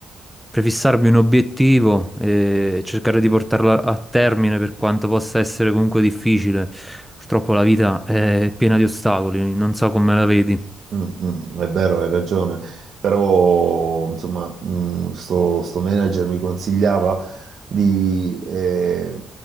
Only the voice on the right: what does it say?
Mm, mm, è vero, hai ragione, però insomma, mm, sto, sto manager mi consigliava di, eh,